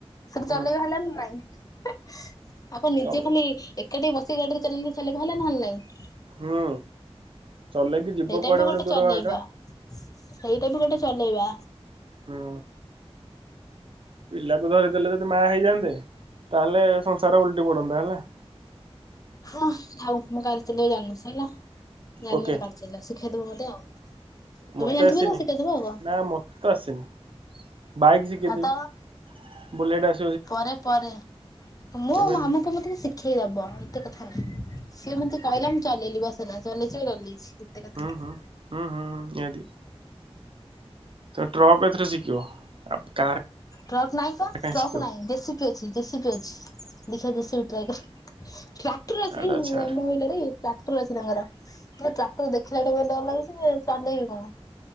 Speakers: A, on the left (about 35°); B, on the right (about 55°).
A: ସେଠି
B: ହଁ।
A: ଚଲେଇଵା ହେଲାନି ନା ନାଇଁ। ଆ କଣ ନିଜେ
B: ତମେ
A: ଖାଲି ଏକାଠି ବସିକି ଗାଡିରେ ଚଲେଇ ଲେ ଚାଲିବା ହେଲା ନହେଲେ ନାଇଁ।
B: ହୁଁ ଚଲେଇକି ଯିବ
A: ସେଇଟା
B: କୁଆଡେ
A: ବି
B: ଗୋଟେ ଦୂର
A: ଚଲେଇବା
B: ବାଟ।
A: ସେଇଟା ବି ଗୋଟେ ଚଲେଇବା।
B: ହୁଁ। ପିଲାକୁ ଧରିଦେଲେ ଯଦି ମା ହେଇଯାଆନ୍ତେ ତାହେଲେ ସଂସାର ଓଲଟି ପଡନ୍ତା ହେଲା।
A: ହଁ ଥାଉ ମୁଁ ଗାଡି ଚଲେଇ ଜାଣିନି ସରିଲା ଜାଣିନି
B: ଓକେ
A: ଗାଡି ଚଲା ଶିଖେଇଦବ ମତେ ଆଉ। ତୁମେ
B: ମତେ
A: ଜାଣିଥିବ
B: ଆସିନି
A: ତ ଶିଖେଇଦବ ଆଉ କଣ।
B: ନା ମତେ ତ ଆସିନି ବାଇକ୍ ସିକେଇ
A: ଆଉ
B: କ ଦେବି।
A: ତ
B: ବୁଲେଟ୍ ଆସି
A: ପରେ ପରେ ମୁଁ
B: ଏବେ
A: ମାମୁକୁ ମତେ ଶିଖ ସିଖେଇଦବ ଏତେ କଥା ସିଏ ମତେ କହିଲା ମୁଁ ଚଲେଇଲି ବ ହେଲା ଚଲେଇଛି ଚଲେଇଛି। ଏତେ କଥା
B: ହୁଁ
A: ନାହିଁ।
B: ହୁଁ ହୁଁ ହୁଁ ହୁଁ ନିହାତି। ତମେ ଟ୍ରକ୍ ଏଥିରେ ଶିଖିବ ଆଉ କାର
A: ଟ୍ରକ୍ ନାଇଁ ପା
B: କାହିଁ
A: ଟ୍ରକ୍
B: ଶିଖିବ
A: ନାହିଁ ଜେସିପି ବିି ଅଛି ଜେସିପି ବିି ଅଛି। ଦେଖିଆ ଜେସିବି ଟ୍ରାଏ କରିବା ଟ୍ରାକ୍ଟର ଅଛି
B: ଆରେ
A: ଏଇ <unintelligible>
B: ଛାଡେ
A: ବିଲରେ ଟ୍ରାକ୍ଟର ଅଛି ତାଙ୍କର। ଏ ଟ୍ରାକ୍ଟର ଦେଖିଲା ଠୁ ଡର ଲାଗୁଛି ମୁଁ ଚଳେଇବି କଣ।